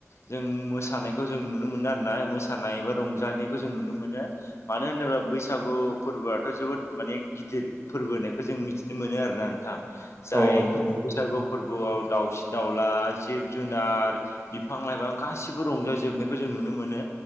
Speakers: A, on the left; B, on the right.
A: जों मोसानायखौ जों नुनो मोनो आरोना मोसानाय एबा रंजानायखौ जों नुनो मोनो। मानो होनोब्ला बैसागु फोरबोआथ' जोबोद माने गिदिर फोरबो होननायखौ जों मिथिनो मोनो आरो। नोंथां जाय
B: औ नोंथां औ
A: बैसागु फोरबोआव दाउसिन दाउला, जिब जुनार बिफां लाइफां गासिबो रंजाजोबनायखौ जों नुनो मोनो